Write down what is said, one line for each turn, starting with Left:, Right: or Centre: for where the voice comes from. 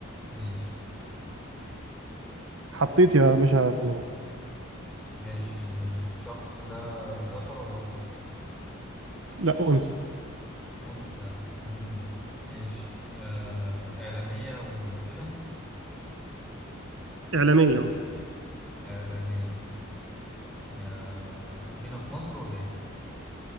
Centre: ماشي
Right: حطيت يا باشا في دماغي
Centre: ماشي الشخص ده ذكر ولا أنثى؟
Right: لا انثى
Centre: أنثى مم. ماشي آه إعلامية وممثلة
Right: اعلاميه اه
Centre: إعلامية آه هنا في مصر ولا إيه؟